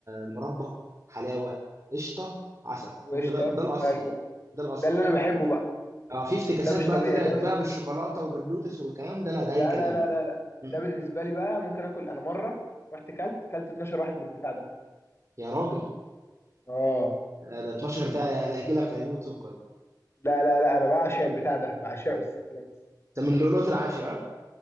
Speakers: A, on the right (about 40°); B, on the left (about 35°).
A: مربى حلاوه قشطه عسل
B: وقشطه
A: هو ده ده الاصلي
B: ايوه
A: ده الاصلي
B: ده اللي انا بحبه بقى
A: اه في افتكاسات
B: ده مش
A: بقى
B: طبيعي
A: طلعت
B: ده بال...
A: بقى بالشوكولاته وباللوتس والكلام ده لا ده
B: لا
A: اي كلام
B: لا لا
A: بقى.
B: لا لا ده
A: م.
B: بالنسبه لي بقى ممكن اكل انا مره رحت كلت كلت 12 واحد من البتاع ده
A: يا راجل
B: اه
A: لا ده 12 ده ده هيجي لك غيبوبه سكر
B: لا لا لا انا بعشق البتاع ده بعشقه السكلانس
A: ده من لؤلؤه العاشره